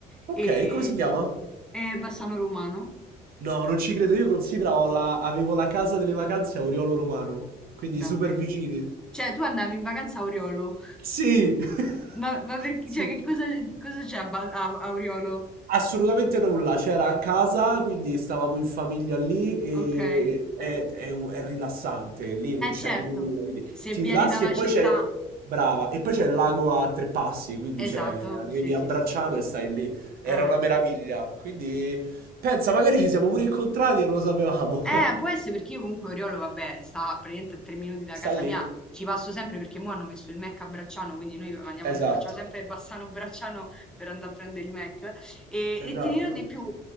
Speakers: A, on the right (about 60°); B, in the centre.
A: Ok,
B: e,
A: come si chiama?
B: e Bassano Romano,
A: No, non ci credo, io considero ho la... avevo la casa delle vacanze a Oriolo Romano, quindi
B: davvero.
A: super vicini.
B: Cioè, tu andavi in vacanza a Oriolo,
A: Sì! <laughs>
B: ma, ma perché, cioè, che
A: Sì.
B: cosa, cosa c'è a, Ba- a a Oriolo?
A: Assolutamente nulla, c'era a casa, quindi stavamo in famiglia lì e
B: Ok, eh
A: è, è un- è rilassante, lì non c'è
B: certo,
A: nulla, quindi
B: se
A: ti
B: vieni
A: rilassi
B: da una
A: e poi
B: città,
A: c'è, brava, e poi c'è il lago a tre passi, quindi
B: esatto,
A: c'è, arrivi
B: sì, sì,
A: a Bracciano
B: sì.
A: e stai lì, era
B: Eh.
A: una meraviglia, quindi pensa, magari ci siamo pure incontrati e non lo sapevamo,
B: Eh,
A: <laughs>
B: può essere perché io comunque Oriolo, vabbè, sta praticamente a tre minuti da
A: sta
B: casa
A: lì,
B: mia, ci passo sempre perché mo hanno messo il Mac a Bracciano, quindi noi andiamo-
A: esatto,
B: facciamo sempre Bassano-Bracciano per andare a prendere il Mac. E, e
A: esatto,
B: ti dirò di più,